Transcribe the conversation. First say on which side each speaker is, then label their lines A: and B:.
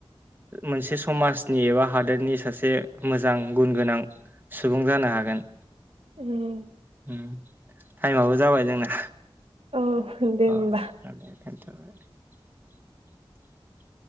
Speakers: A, on the right; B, on the right.
A: मोनसे समाजनि एबा हादोरनि सासे मोजां गुन गोनां सुबुं जानो हा गोन
B: उम
A: उ टाइमाबो जाबाय जोंना
B: औ दे होमबा
A: अ दे थाथ' <unintelligible>